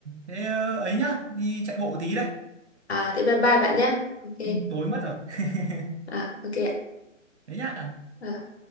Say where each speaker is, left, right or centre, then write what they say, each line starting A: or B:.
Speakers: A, on the right; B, on the left.
A: thế ờ, ấy nhá đi chạy bộ tí đây
B: à thế bye bye bạn nhé ok
A: Ừ, tối mất rồi <laughs>
B: à ok ạ.
A: thế nhá
B: À.